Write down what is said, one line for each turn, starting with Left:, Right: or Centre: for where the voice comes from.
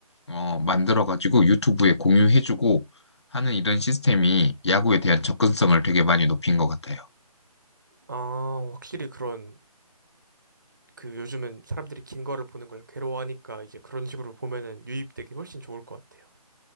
Left: 어, 만들어가지고 유튜브에 공유해주고 하는 이런 시스템이 야구에 대한 접근성을 되게 많이 높인 것 같아요.
Right: 아, 확실히 그런 그 요즘은 사람들이 긴 거를 보는 걸 괴로워하니까 이제 그런 식으로 보면은 유입되기 훨씬 좋을 것 같아요.